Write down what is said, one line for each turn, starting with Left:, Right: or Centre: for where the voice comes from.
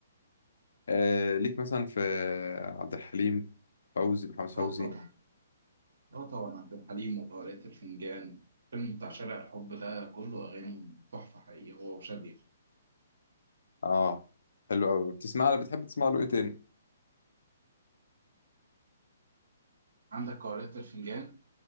Left: آه ليك مثلا في عبد الحليم فوزي محمد فوزي
Right: اه طبعا اه طبعا عبد الحليم وقارئة الفنجان الفيلم بتاع شارع الحب ده كله أغاني تحفة حقيقي هو وشادية
Left: اه حلو أوي بتسمع له بتحب تسمع له إيه تاني؟
Right: عندك قارئة الفنجان